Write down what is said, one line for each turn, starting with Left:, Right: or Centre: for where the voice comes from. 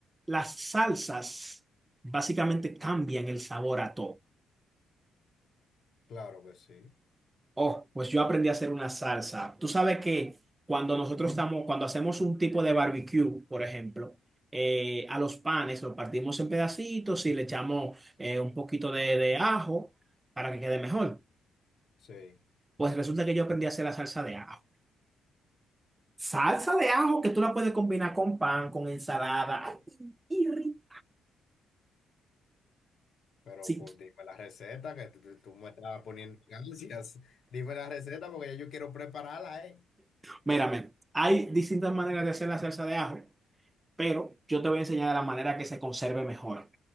Right: las salsas básicamente cambian el sabor a todo.
Left: Claro que sí.
Right: Oh, pues yo aprendí a hacer una salsa. Tú sabes que cuando nosotros estamos, cuando hacemos un tipo de barbecue, por ejemplo, eh, a los panes los partimos en pedacitos y le echamos eh, un poquito de, de ajo para que quede mejor.
Left: Sí.
Right: Pues resulta que yo aprendí a hacer la salsa de ajo. Salsa de ajo que tú la puedes combinar con pan, con ensalada. Ay, y ri-
Left: Pero
Right: Sí,
Left: cu- dime la receta que tú, tú- tú me estás poniendo <laughs> en ansias. Dime la receta porque ya yo quiero prepararla, ¿eh?
Right: mírame, hay distintas maneras de hacer la salsa de ajo, pero yo te voy a enseñar la manera que se conserve mejor